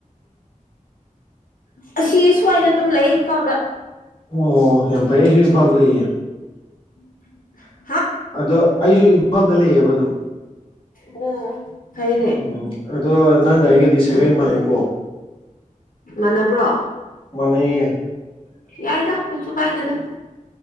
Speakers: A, on the left; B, on the left.
A: ꯑꯁꯤ ꯁ꯭ꯋꯥꯏꯗ ꯑꯗꯨꯝ ꯂꯩ ꯏꯐꯥꯎꯗ
B: ꯑꯣ ꯌꯥꯝ ꯐꯩꯌꯦ ꯑꯩꯁꯨ ꯏꯝꯐꯥꯜꯗ ꯂꯩꯌꯦ
A: <inaudible>
B: ꯑꯗꯣ ꯑꯩꯁꯨ ꯏꯝꯐꯥꯜꯗ ꯂꯩꯌꯦꯕ ꯑꯗꯨꯝ
A: ꯑꯣ ꯐꯩꯅꯦ
B: ꯎꯝ ꯑꯗꯣ ꯅꯪꯒ ꯑꯩꯒꯗꯤ ꯁꯥꯒꯩ ꯃꯥꯟꯅꯩꯀꯣ
A: ꯃꯥꯟꯅꯕ꯭ꯔꯣ
B: ꯃꯥꯟꯅꯩꯌꯦ
A: ꯌꯥꯏꯗ ꯀꯩꯁꯨ ꯀꯥꯏꯗꯦꯗ